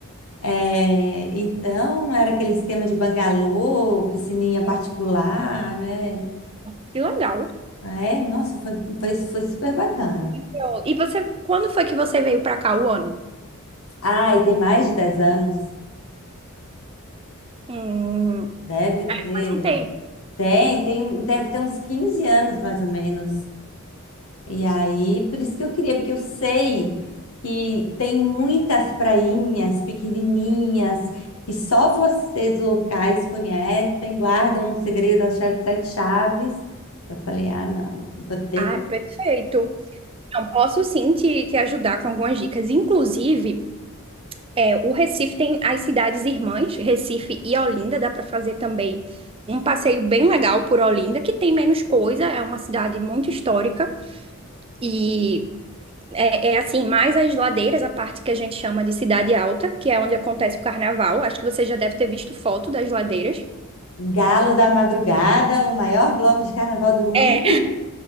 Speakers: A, on the left; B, on the right.
A: É, então, era aquele esquema de bangalô, piscininha particular,
B: É.
A: né?
B: Que legal.
A: Ah, É, nossa, foi, foi, foi super bacana.
B: E eu- e você, quando foi que você veio pra cá o ano?
A: Ah, e tem mais de 10 anos.
B: Hum,
A: Deve ter.
B: faz um tempo.
A: Tem, tem, deve ter uns 15 anos, mais ou menos. E aí, por isso que eu queria, porque eu sei que tem muitas prainhas pequenininhas que só vocês locais conhecem, guardam um segredo, a chave de sete chaves. Eu falei, ah, não, vou ter
B: Ah,
A: que
B: é perfeito. Então, posso sim te, te ajudar com algumas dicas. Inclusive, é, o Recife tem as cidades irmãs, Recife e Olinda. Dá para fazer também um passeio bem legal por Olinda, que tem menos coisa, é uma cidade muito histórica. E É, é assim, mais as ladeiras, a parte que a gente chama de Cidade Alta, que é onde acontece o carnaval. Acho que você já deve ter visto foto das ladeiras.
A: Galo da Madrugada, o maior bloco de carnaval do mundo.
B: É,